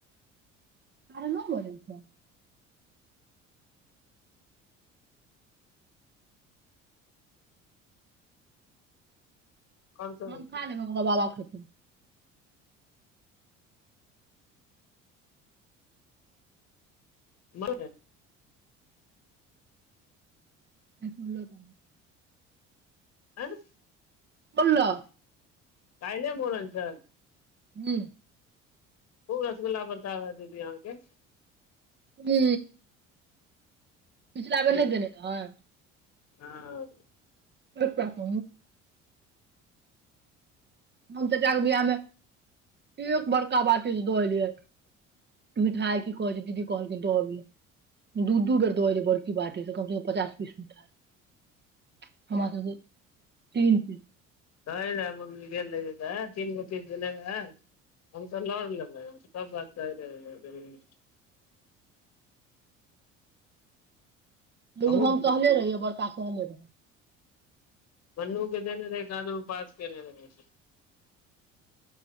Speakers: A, on the right (about 25°); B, on the left (about 40°).
A: तारे ओ बोलै छै
B: आओर सब
A: हम खान ल म बाबा <unintelligible>
B: ब
A: नहि सुनलहु त
B: आँ
A: बोनल
B: कहि नहि बोलल स
A: ही
B: ओ रसगुल्ला बता है दीदी अहाँके
A: हू पचलाबे
B: खूब
A: नहि देने रहै
B: हँ
A: अछा ह हम चचा के बिियाह मे एक बड़का बात ची दोलियै मिठाई की कहै छै दीदी कहलखिन दब दू दू बेर द बड़की बाटे से कम से कम पचास पीस मिठाई हमरा सब तीन पीस
B: नहि मम्मी गेल रह तऽ तीन गो पीस गेलै हम तऽ ल लेबै सब बात
A: लग
B: हमहूँ
A: हम टहले रहियै बड़का क रह
B: बनू के जेने रहै कदरू पास करै रह छै